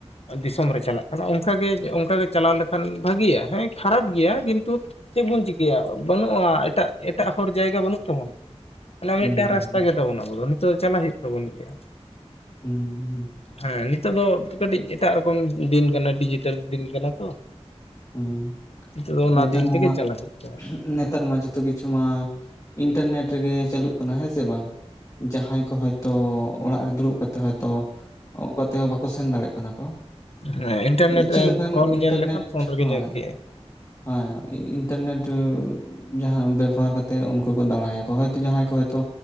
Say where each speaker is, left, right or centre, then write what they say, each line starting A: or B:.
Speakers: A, on the left; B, on the left.
A: ᱫᱤᱥᱚᱢ ᱨᱮ ᱪᱟᱞᱟᱜ ᱠᱟᱱᱟ ᱚᱱᱠᱟᱜᱮ ᱚᱱᱠᱟᱜᱮ ᱪᱟᱞᱟᱣ ᱞᱮᱠᱷᱟᱱ ᱵᱷᱟᱜᱤᱭᱟ ᱦᱮᱸ ᱠᱷᱟᱨᱟᱯ ᱜᱮᱭᱟ ᱠᱤᱱᱛᱩ ᱪᱮᱫ ᱵᱚᱱ ᱪᱤᱠᱟᱹᱭᱟ ᱵᱟᱹᱱᱩᱜᱼᱟ ᱮᱴᱟᱜ ᱮᱴᱟᱜ ᱦᱚᱲᱚᱨ ᱡᱟᱭᱜᱟ ᱵᱟᱹᱱᱩᱜ ᱛᱟᱵᱚᱱᱟ ᱚᱱᱟ
B: ᱦᱩᱸ
A: ᱢᱤᱫᱴᱟᱱ
B: ᱦᱩᱸ
A: ᱨᱟᱥᱛᱟ
B: ᱦᱩᱸ
A: ᱜᱮᱛᱟᱵᱚᱱᱟ ᱟᱵᱚ ᱫᱚ ᱱᱤᱛᱚᱜ ᱪᱟᱞᱟᱜ ᱦᱩᱭᱩᱜ ᱛᱟᱵᱚᱱ ᱜᱮᱭᱟ
B: ᱦᱮᱸ
A: ᱦᱮᱸ ᱱᱤᱛᱚᱜ ᱫᱚ ᱠᱟᱹᱴᱤᱡ ᱮᱴᱟᱜ ᱨᱚᱠᱚᱢ ᱫᱤᱱ ᱠᱟᱱᱟ ᱰᱤᱡᱤᱴᱮᱞ ᱫᱤᱱ ᱠᱟᱱᱟ ᱛᱚ
B: ᱦᱸ
A: ᱱᱤᱛᱚᱜ ᱫᱚ ᱚᱱᱟ
B: ᱱᱮᱛᱟᱨ
A: ᱫᱤᱱ ᱛᱮᱜᱮ
B: ᱢᱟ
A: ᱪᱟᱞᱟᱜ ᱦᱩᱭᱩᱜ ᱛᱟᱵᱚᱱᱟ
B: ᱱᱮᱛᱟᱨ ᱢᱟ ᱡᱚ ᱠᱤᱪᱷᱩ ᱢᱟ ᱤᱱᱴᱟᱨᱱᱮᱴ ᱨᱮᱜᱮ ᱪᱟᱹᱟᱞᱩᱜ ᱠᱟᱱᱟ ᱦᱮᱸ ᱥᱮ ᱵᱟᱝ ᱡᱟᱦᱟᱸᱭ ᱠᱚ ᱛᱚ ᱚᱲᱟᱜ ᱨᱮ ᱫᱩᱲᱩᱵ ᱠᱟᱛᱮ ᱦᱚᱭᱛᱚ ᱚᱠᱟ ᱛᱮᱦᱚᱸ ᱵᱟᱠᱚ ᱥᱮᱱ ᱫᱟᱲᱮᱭᱟᱜ ᱠᱟᱱᱟ ᱠᱚ
A: ᱦᱮᱸ ᱤᱱᱴᱟᱨᱱᱮᱴ
B: ᱤᱪᱪᱷᱟᱹ ᱞᱮᱠᱟᱱ
A: ᱯᱷᱳᱱ
B: ᱤᱱᱴᱟᱨᱱᱮᱴ
A: ᱧᱮᱞ ᱞᱮᱠᱷᱟᱱ ᱯᱷᱳᱱ ᱨᱮᱜᱮ
B: ᱦᱳᱭ
A: ᱧᱮᱞ ᱠᱮᱜᱼᱟᱭ
B: ᱦᱮᱸ ᱤᱱᱴᱟᱨᱱᱮᱴ ᱡᱟᱦᱟᱸ ᱵᱮᱵᱚᱦᱟᱨ ᱠᱟᱛᱮᱮᱫ ᱩᱱᱠᱩ ᱠᱚ ᱫᱟᱬᱟᱭᱟᱠᱚ ᱦᱭᱛᱳ ᱡᱟᱦᱟᱸᱭ ᱠᱚ ᱦᱚᱭᱛᱳ